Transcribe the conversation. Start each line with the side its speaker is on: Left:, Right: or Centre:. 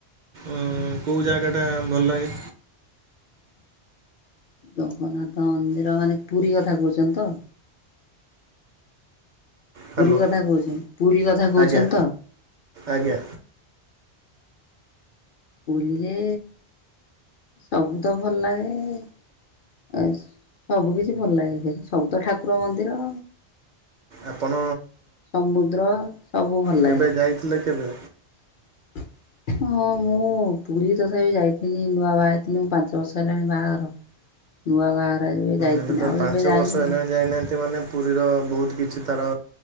Right: ଉଁ କୋଉ ଜାଗାଟା ଭଲ ଲାଗେ?
Left: ଜଗନ୍ନାଥ ମନ୍ଦିର ମାନେ ପୁରୀ କଥା କହୁଛନ୍ତି ତ?
Right: ହ୍ୟାଲୋ
Left: ପୁରୀ କଥା କହୁଚି ପୁରୀ କଥା କହୁଛନ୍ତି
Right: ଆଜ୍ଞା
Left: ତ?
Right: ଆଜ୍ଞା।
Left: ପୁଲିଲେ ସବୁ ତ ଭଲ ଲାଗେ ଏସ ସବୁ କିିଛି ଭଲ ଲାଗେ ସେଠି ସବୁତ ଠାକୁର ମନ୍ଦିର।
Right: ଆପଣ
Left: ସମୁଦ୍ର ସବୁ ଭଲ ଲାଗେସେ
Right: କେବେ ଯାଇଥିଲେ କେବେ
Left: ହଁ ମୁଁ ପୁରୀ ତଥାପି ଯାଇଥଥିଲି ନୂଆ ବାହା ହେଇଥିଲି ପାଞ୍ଚ ବର୍ଷ ହେଲାଣି ବାହାଘର ନୂଆ ବାହାଘର ହେଇ ଯାଇଥିନି
Right: ଏବେ ତ
Left: ଆଉ
Right: ପାଞ୍ଚ
Left: ଏବେ ଯାଇନି
Right: ବର୍ଷ ହେଲାଣି
Left: ଆଉ।
Right: ଯାଇନାହାନ୍ତି ମାନେ ପୁରୀର ବହୁତ କିଛି ତାର